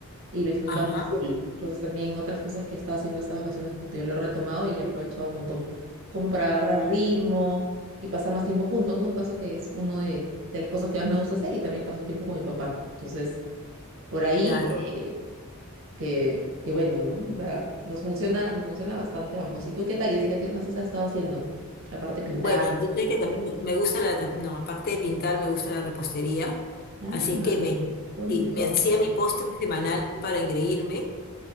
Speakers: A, on the right (about 60°); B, on the left (about 45°).
A: y lo disfrutamos
B: Ajá,
A: full. Entonces también otras cosas que he estado haciendo estas vacaciones, como te digo, lo he retomado y he aprovechado un montón como para agarrar ritmo y pasar más tiempo juntos, ¿no? Me pasó que es una de, de las cosas que más me gusta hacer y también paso tiempo con mi papá. Entonces, por ahí
B: claro.
A: que, que, que bueno, ¿no? O sea, nos funciona, nos funciona bastante ambos. ¿Y tú qué tal, Jessica? ¿Qué más has estado haciendo? Aparte pintar.
B: Bueno, tú sabes que también me gusta la, no, aparte de pintar, me gusta la repostería.
A: Ah,
B: Así es que me,
A: qué bonito.
B: sí, me hacía mi postre semanal para engreírme